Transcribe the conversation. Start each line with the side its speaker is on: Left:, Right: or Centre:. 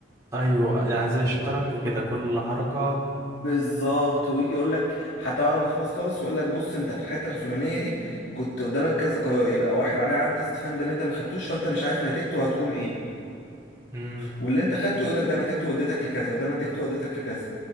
Right: ايوه يعني زي الشطرنج كده كل حركة
Left: بالظبط ويجي يقول لك حتى بعد ما تخلص خالص يقول لك بص انت في الحته الفلانيه دي كنت قدامك كذا قرار يبقى واحد عليه علامه استفهام ده اللي انت ما خدتوش فانت مش عارف نتيجته هتكون ايه
Right: امم
Left: واللي انت خدته يقول لك ده انا نتيجته وديتك لكذا وده انا نتيجته وديتك لكذا